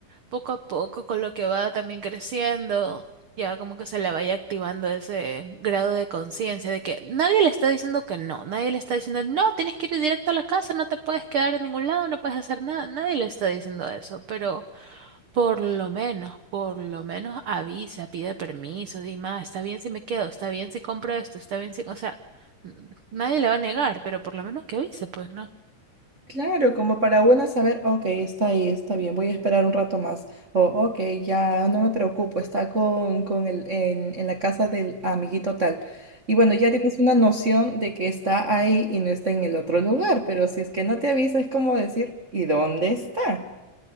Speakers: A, on the right (about 75°); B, on the right (about 50°).
A: poco a poco, con lo que va también creciendo, ya como que se le vaya activando ese grado de conciencia de que nadie le está diciendo que no, nadie le está diciendo, no, tienes que ir directo a la casa, no te puedes quedar en ningún lado, no puedes hacer nada, nadie le está diciendo eso, pero por lo menos, por lo menos avisa, pide permiso, di más, está bien si me quedo, está bien si compro esto, está bien si, o sea, n- nadie le va a negar, pero por lo menos que avise, pues, ¿no?
B: Claro, como para una saber, ok, está ahí, está bien, voy a esperar un rato más. O, ok, ya no me preocupo, está con, con el, en, en la casa del amiguito tal. Y bueno, ya tienes una noción de que está ahí y no está en el otro lugar, pero si es que no te avisa, es como decir, ¿y dónde está?